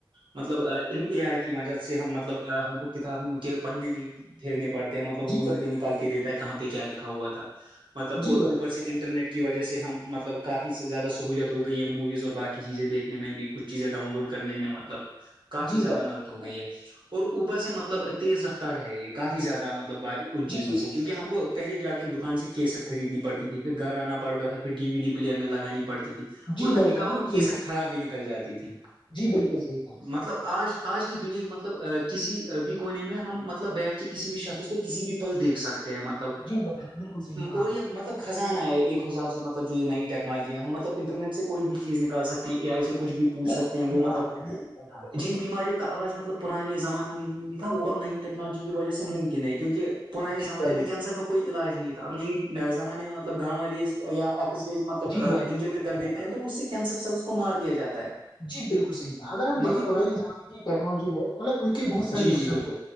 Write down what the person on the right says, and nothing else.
مطلب اے آئی کی مدد سے ہم مطلب ہم کو کتاب کے پنے نہیں پھیرنے پڑتے مطلب
وہ وہیں
پہ نکال کے دیتا ہے کہاں پہ کیا لکھا ہوا تھا مطلب
اور
اوپ سے انٹرنیٹ کی وجہ سے ہم مطلب کافی زیادہ سہوولت ہو گئی ہے موویز اور باقی چیزیں دیکھنے میں بھی کچھ چیزیں ڈاؤن لوڈ کرنے میں مطلب کافی
زیادہ
مدد ہو گئی ہے اور اوپر سے مطلب تیز رفتار رہ ہے یہ کافی زیادہ مطلب ب ان
چیزوں
سے کیونکہ
ہم کو پہلے جا کے دکان سے کیسٹ خریدنی پڑتی تھی پھر گھر آنا پڑتا تھا پھر ڈی وی ڈی پلیئر میں لگانی پڑتی تھی
اور
کبھی
کبھار
وہ کیسر
خراب بھی نکل جاتی تھی
مطلب آج آج کی دنیا کے مطلب کسی بھی کونے میں ہم مطلب بیٹھ کے کسی بھی شخص کو کسی بھی پل دیکھ سکتے ہیں مطلب
اور
یہ
مطلب خزانہ ہے ایک حساب سے مطلب جو یہ نئی ٹیکنالوجی ہے ہم مطلب انٹرنیٹ سے کوئی بھی چیز نکال سکتے ہیں اے آئی سے کچھ بھی پوچھ
سکتے ہیں
وہ مطلب
جن بیماریوں آازج مطل پرانے زمانے میں یہ تھا وہ نئی یکالجی کی وجہ ممکن ہے کیونکہ پرانے
زمانے
میں
کینسر کو کوئی علاج نہیںی تھاب نئی زمانے میں مطلب گا ریزیا اکس رز مطلب
انج
کر دیتے
ہیں تو اس سے کینسر سلس کو مار دیا جاتا ہے
مطلب
وہ
جی
جی بالکل